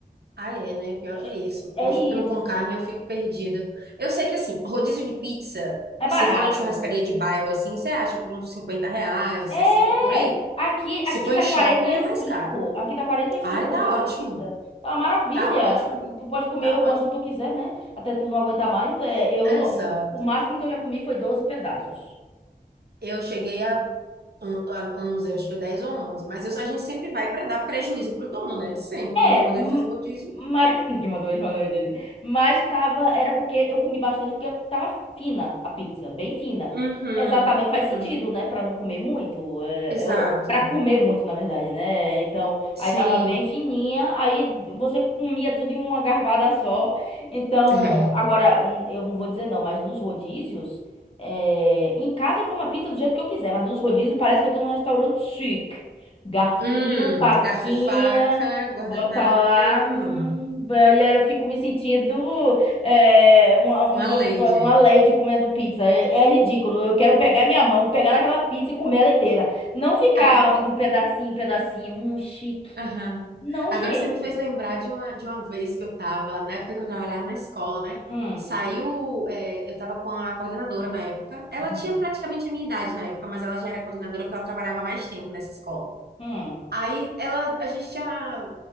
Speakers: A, on the right; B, on the left.
A: Ah, é, né? Pior
B: É,
A: que é isso.
B: é
A: Poxa, porque eu não
B: isso.
A: com carne eu fico perdida. Eu sei que, assim, rodízio de pizza,
B: É barato.
A: se for na churrascaria de bairro, assim, você acha por uns 50 reais,
B: É!
A: 60 por aí.
B: Aqui,
A: Se
B: aqui
A: for
B: tá
A: em shopping,
B: quarenta e
A: é mais
B: cinco
A: caro.
B: Aqui tá quarenta e cinco
A: Ai,
B: rodízio
A: tá ótimo.
B: de pizza. Tá uma maravilha.
A: Tá ótimo.
B: E tu pode comer
A: Tá
B: o quanto
A: ótimo.
B: tu quiser, né? Até tu não aguentar mais. É, eu
A: Exato.
B: não... O máximo que eu já comi foi 12 pedaços.
A: Eu cheguei a, on- a 11, acho que foi 10 ou 11. Mas eu- a gente sempre vai para dar prejuízo pro dono, né? Sempre.
B: É,
A: Ninguém mandou
B: m-
A: ele fazer rodízio.
B: mas <laughs> ninguém mandou ele fazer rodízio. Mas tava, era porque eu comi bastante porque tava fina a pizza, bem fina.
A: Uhum,
B: Exatamente, faz
A: uhum.
B: sentido, né, Pra não comer muito, é,
A: Exato.
B: é, ou para comer muito, na verdade, né? Então,
A: Sim.
B: aí tava bem fininha, aí você comia tudo em uma garvada só. Então,
A: <laughs>
B: agora n- eu não vou dizer não, mas nos rodízios, é, em casa eu como a pizza do jeito que eu quiser, mas nos rodízios parece que eu tô num restaurante chique. Garfinho,
A: Hum,
B: faquinha.
A: garfo e faca, guardanapo.
B: Bota lá, hum,
A: <laughs> Hum,
B: ba- e aí eu fico me sentindo é, uma, uma
A: Uma lady.
B: pessoa, uma lady comendo pizza.
A: Hum,
B: É, é ridículo. Eu quero pegar minha mão, pegar naquela pizza e comer ela inteira. Não ficar
A: ah, ah,
B: de um pedacinho em pedacinho. Um chique.
A: aham.
B: Não,
A: Agora
B: gente.
A: você me fez lembrar de uma, de uma vez que eu tava, na época que eu trabalhava na escola, né?
B: Hum,
A: Saiu, é, eu tava com a coordenadora na época. Ela
B: uhum,
A: tinha praticamente a minha idade na época, mas ela já era coordenadora porque ela trabalhava mais tempo nessa escola.
B: hum,
A: Aí ela, a gente tinha